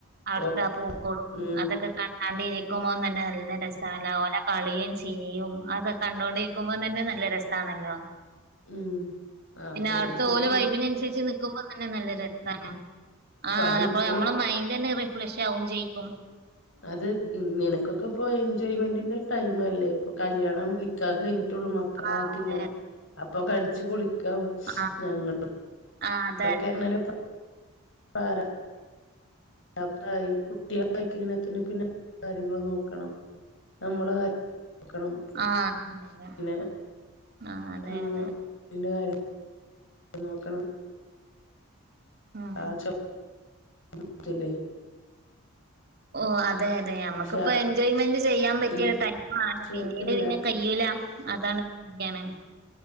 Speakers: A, on the right; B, on the left.
A: അവിടുത്തെ
B: ഓ
A: പൂക്കോളും
B: ഉം
A: അതൊക്കെ കാ കണ്ടിരിക്കുമ്പോന്ന്തന്നെ നല്ല രസല്ലോ ഓലെ കളിയും ചിരിയും അതക്കെ കണ്ടോണ്ട് ക്കുമ്പോ തന്നെ നല്ല രസാണല്ലോ
B: ഉം ആ
A: പിന്നെ
B: ഫ്രണ്ട്സിന്റെപ്പം
A: അവിടുത്തെ ഓല് വൈബിന് അനുസരിച്ച് നിക്കുമ്പോ തന്നെ നല്ലരസാണ് ആഹ്
B: അതിപ്പോ
A: അപ്പ നമ്മള മൈൻഡ് തന്നെ റിഫ്രഷ് ആവും ചെയും
B: അത് നിനക്കൊക്കെ ഇപ്പൊ എൻജോയ്മെന്റിന്റെ ടൈംമല്ലേ ഇപ്പൊ കല്യാണം നിക്കാഹ് കഴിഞ്ഞിട്ടുള്ളൂ മ മക്കളായിട്ടില്ല
A: ആ അതെ
B: അപ്പൊക്കഅടിച്ചു പൊളിക്കാം
A: ആഹ്
B: ഞങ്ങൾ
A: ആഹ് അതെ
B: ഞങ്ങൾക്കങ്ങനെ പാടാ <unintelligible> കുട്ടികള <unintelligible> പിന്നെ കാര്യങ്ങള്ൾ നോക്കണം നമ്മളെ കാര്യം നോക്കണം
A: ആഹ്
B: പിന്നെ
A: ആഹ് അതെ
B: ഉം
A: അതെ
B: അതിന്റെ കാര്യം നോക്കണം
A: ഉം
B: ആ ചോ <unintelligible>
A: ഓഹ് അതെ അതെ നമ്മുക്കിപ്പോ
B: പക്ഷെ
A: എൻജോയ്മെന്റ് ചെയ്യാൻ പറ്റിയ
B: ഈ
A: ടൈം
B: കുറച്ച്
A: ആണ് പിന്നീട്
B: റിലാ
A: പിന്നെ കഴിയൂല അതാണ് <unintelligible>